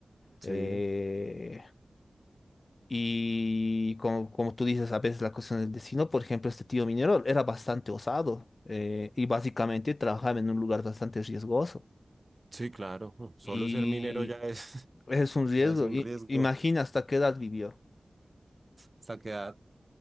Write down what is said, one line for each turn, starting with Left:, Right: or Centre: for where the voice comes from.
Right: Sí.
Left: eh, Y como, como tú dices, a veces la cuestión del destino, por ejemplo, este tío minero era bastante osado eh, y básicamente trabajaba en un lugar bastante riesgoso.
Right: Sí, claro. <laughs> Solo
Left: Y
Right: ser minero ya es,
Left: es
Right: <laughs>
Left: un riesgo.
Right: ya es un
Left: I-
Right: riesgo.
Left: imagina hasta qué edad vivió.
Right: Hasta quedar